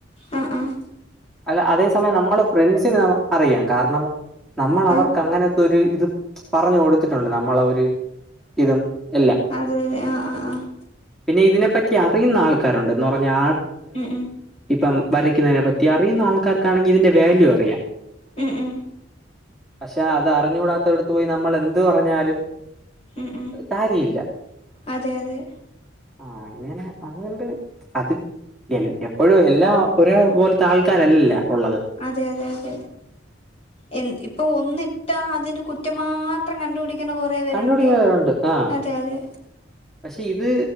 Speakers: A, on the left; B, in the centre.
A: ആഹ് ആഹ്
B: അല്ല അതേ സമയം നമ്മൾ ഫ്രണ്ട്സിന് ന അറിയാം കാരണം നമ്മൾ അവർക്ക്
A: ആഹ്
B: അങ്ങനത്തെ ഇത് പറഞ്ഞു കൊടുത്തിട്ടുണ്ട് നമ്മളെ ഒരു ഇതും എല്ലാം
A: അതെ അതെ ആഹ് ആഹ് ആഹ്
B: പിന്നെ ഇതിനെപ്പ യെ അറിയുന്ന ആള് ആൾക്കാരുണ്ട് ഉണ്ടെന്ന് പറഞ്ഞാ ആ
A: ഉം ഉം
B: ഇപ്പം വരയ്ക്കുന്നതിനെ പറ്റി അറിയുന്ന ആൾക്കാർക്കാണെങ്കിൽ ഇതിന്റെ വാല്യു അറിയാം
A: ഉം ഉം
B: പക്ഷെ അത് അറിഞ്ഞുകൂടാത്ത വരടുത്തു പോയി നമ്മള് എന്ത് പറഞ്ഞാലും
A: ഉം ഉം
B: കാര്യയില്ല
A: അതെ അതെ
B: ആ അങ്ങനെ അതുകൊണ്ട് അത് എൽ എപ്പോഴും എല്ലാ ഒരേ പോലത്തെ ആൾക്കാരല്ലല്ല ഉള്ളത്
A: അതെ അതെ അതെ എന്ത്‌ ഇപ്പൊ ഒന്നിട്ടാ അതിന് കുറ്റം മാത്രം കണ്ടുപിടി ക്കന കൊറേ പേരുണ്ട്
B: കണ്ടുപിടിക്കുന്നവരുണ്ട് ആ
A: അതെ അതെ
B: പക്ഷെ ഇത്